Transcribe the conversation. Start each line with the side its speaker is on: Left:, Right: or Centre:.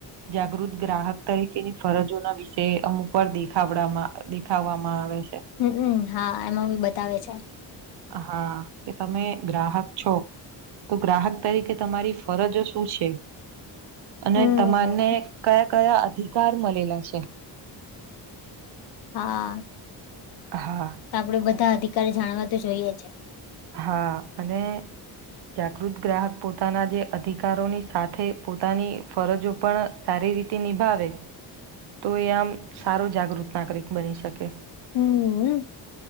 Right: જાગૃત ગ્રાહક તરીકેની ફરજોના વિષ અમુક વાર દેખડવા દેખાવામાં આવે છે
Left: હમ્મ હમ્મ હા એમાં બી બતાવે છે
Right: હા કે તમે ગ્રાહક છો તો ગ્રાહક તરીકે તમારી ફરજો શું છે અને
Left: હમ.
Right: તમારને કયા કયા અધિકાર મળેલા છે
Left: હા
Right: હા
Left: તો આપડે બધા અધિકારી જાણવા તો જોઈએ છે
Right: હા અને જાગૃત ગ્રાહક પોતાના જે અધિકારોની સાથે પોતાની ફરજો પણ સારી રીતે નિભાવે તો એ આમ સારો જાગૃત નાગરિક બની શકે
Left: હમ્મ